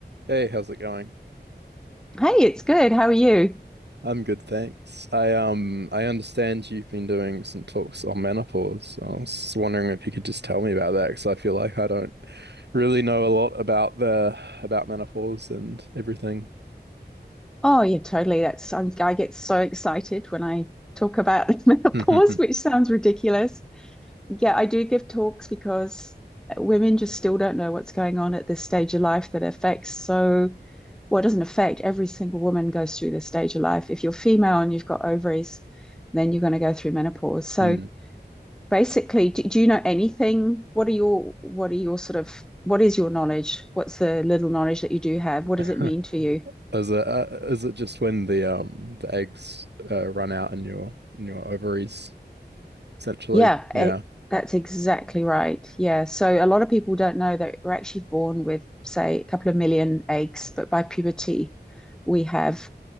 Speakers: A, on the right; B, in the centre.
A: Hey, how's it going?
B: Hey, it's good. How are you?
A: I'm good, thanks. I um I understand you've been doing some talks on menopause. I was wondering if you could just tell me about that because I feel like I don't really know a lot about the about menopause and everything.
B: Oh, yeah, totally. That's I'm, I get so excited when I talk about <laughs> menopause,
A: <laughs>
B: which sounds ridiculous. Yeah, I do give talks because women just still don't know what's going on at this stage of life that affects so, well, it doesn't affect every single woman goes through this stage of life. If you're female and you've got ovaries, then you're going to go through menopause. So
A: Mm.
B: basically, do, do you know anything? What are your what are your sort of what is your knowledge? What's the little knowledge that you do have?
A: <laughs>
B: What does it mean to you?
A: Is it uh, is it just when the um the eggs uh, run out in your in your ovaries essentially?
B: Yeah,
A: Yeah.
B: eh, that's exactly right. Yeah. So a lot of people don't know that we're actually born with, say, a couple of million eggs, but by puberty, we have